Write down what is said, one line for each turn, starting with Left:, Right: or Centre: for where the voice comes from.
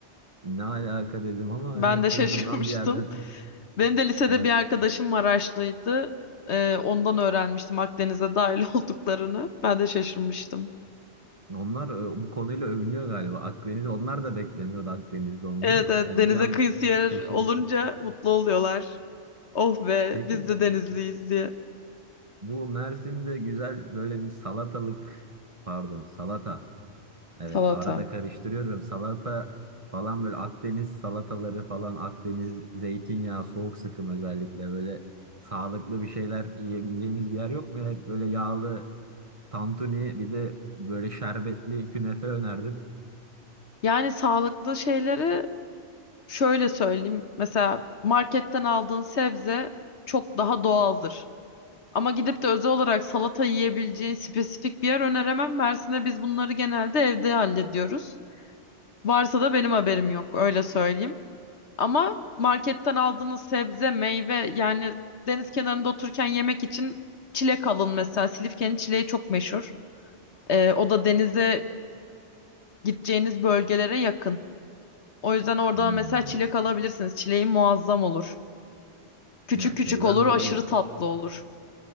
Right: Ne alaka dedim ama hani
Left: Ben de
Right: ucundan
Left: <laughs> şaşırmıştım.
Right: bir yerden. <laughs>
Left: Benim de lisede
Right: Evet.
Left: bir arkadaşım Maraşlıydı. Ee, ondan öğrenmiştim Akdeniz'e dahil <laughs> olduklarını. Ben de şaşırmıştım.
Right: Onlar e, bu konuyla övünüyor galiba. Akdeniz onlar da beklemiyordu Akdeniz'de olmayı.
Left: Evet evet
Right: Hani
Left: denize
Right: bir an
Left: kıyısı yer
Right: şaşırdı.
Left: olunca mutlu oluyorlar. Oh be
Right: Peki
Left: biz de denizliyiz diye.
Right: bu Mersin'de güzel böyle bir salatalık pardon salata. Evet
Left: Salata.
Right: arada karıştırıyorum. Salata falan böyle Akdeniz salataları falan Akdeniz zeytinyağı soğuk sıkım özellikle böyle sağlıklı bir şeyler yiyebileceğimiz bir yer yok mu? ya Hep böyle yağlı Tantuni bir de böyle şerbetli künefe önerdim.
Left: Yani sağlıklı şeyleri şöyle söyleyeyim. Mesela marketten aldığın sebze çok daha doğaldır. Ama gidip de özel olarak salata yiyebileceğin spesifik bir yer öneremem. Mersin'e biz bunları genelde evde hallediyoruz. Varsa da benim haberim yok öyle söyleyeyim. Ama marketten aldığınız sebze, meyve yani deniz kenarında otururken yemek için çilek alın mesela. Silifke'nin çileği çok meşhur. Ee, o da denize gideceğiniz bölgelere yakın. O yüzden oradan
Right: Hmm.
Left: mesela çilek alabilirsiniz. Çileği muazzam olur. Küçük
Right: Ya
Left: küçük
Right: şeyden
Left: olur,
Right: dolayı
Left: aşırı tatlı olur.